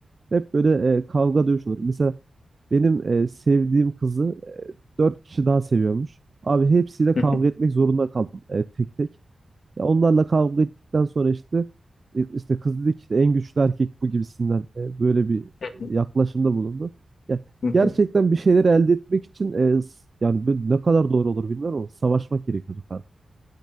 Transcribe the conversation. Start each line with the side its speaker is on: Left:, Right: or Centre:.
Right: hep böyle e, kavga dövüş olur. Mesela benim e, sevdiğim kızı e, dört kişi daha seviyormuş. Abi hepsiyle
Left: Hı
Right: kavga
Left: hı,
Right: etmek zorunda kaldım e, tek tek. Ya onlarla kavga ettikten sonra işte e, işte kız dedi ki işte en güçlü erkek bu gibisinden e, böyle bir
Left: hı hı,
Right: yaklaşımda bulundu. Ya
Left: hı
Right: gerçekten
Left: hı.
Right: bir şeyler elde etmek için e, s- yani böyle ne kadar doğru olur bilmiyorum ama savaşmak gerekiyordu kanka.